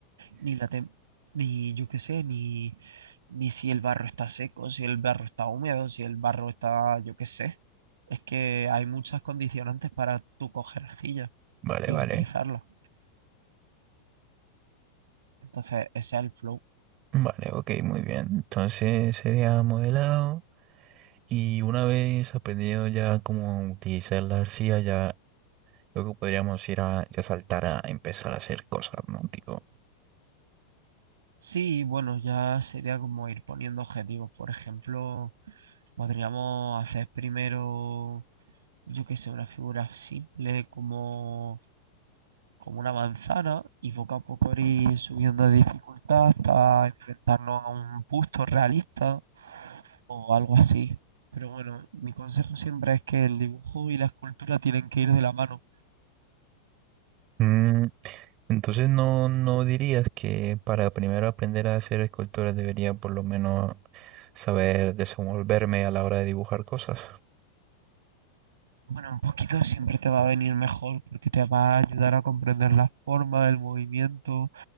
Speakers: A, on the right; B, on the right.
A: ni la tem- ni yo qué sé, ni ni si el barro está seco, si el barro está húmedo, si el barro está, yo qué sé. Es que hay muchas condicionantes para tú coger arcilla
B: Vale,
A: y
B: vale.
A: utilizarla. Entonces, ese es el flow.
B: Vale, ok, muy bien. Entonces sería modelado. Y una vez aprendido ya cómo utilizar la arcilla, ya luego podríamos ir a ya saltar a empezar a hacer cosas, ¿no? Tipo.
A: Sí, bueno, ya sería como ir poniendo objetivos. Por ejemplo, podríamos hacer primero, yo qué sé, una figura simple como, como una manzana y poco a poco ir subiendo de dificultad hasta enfrentarnos a un busto realista o algo así. Pero bueno, mi consejo siempre es que el dibujo y la escultura tienen que ir de la mano.
B: mm, Entonces no, no dirías que para primero aprender a hacer esculturas debería por lo menos saber desenvolverme a la hora de dibujar cosas.
A: Bueno, un poquito siempre te va a venir mejor porque te va a ayudar a comprender la forma, el movimiento